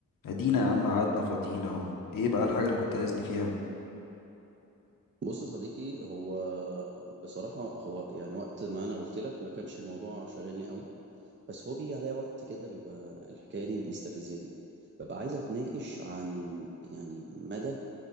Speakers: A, on the left (about 80°); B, on the right (about 35°).
A: ادينا يا عم قعدنا فاضيين اهو ايه بقى الحاجة اللي كنت عايزني فيها
B: بُص يا صديقي، هو بصراحة هو يعني وقت ما أنا قُلت لك ما كانش الموضوع شاغلني أوي، بس هو بييجي عليَّ وقت كده بيبقى الحكاية دي مستفزاني، بابقى عايز أتناقش عن يعني مدى